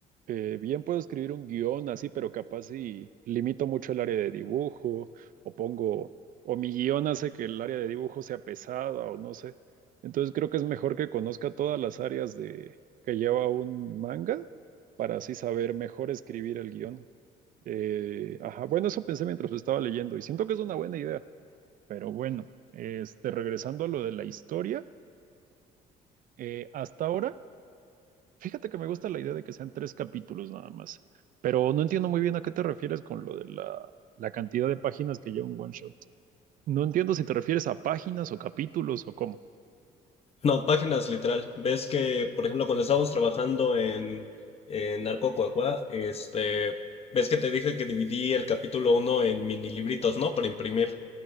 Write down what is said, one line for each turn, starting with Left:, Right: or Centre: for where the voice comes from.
Right: eh, bien puedo escribir un guión así, pero capaz si limito mucho el área de dibujo, o pongo, o mi guión hace que el área de dibujo sea pesada, o no sé. Entonces creo que es mejor que conozca todas las áreas de que lleva un manga para así saber mejor escribir el guión. Eh, ajá, bueno, eso pensé mientras lo estaba leyendo y siento que es una buena idea, pero bueno, este, regresando a lo de la historia, eh, hasta ahora, fíjate que me gusta la idea de que sean tres capítulos nada más, pero no entiendo muy bien a qué te refieres con lo de la, la cantidad de páginas que lleva un one shot. No entiendo si te refieres a páginas o capítulos o cómo.
Left: No, páginas literal. Ves que, por ejemplo, cuando estábamos trabajando en, en Narco Cuacuá, este, ves que te dije que dividí el capítulo uno en mini libritos, ¿no? Para imprimir.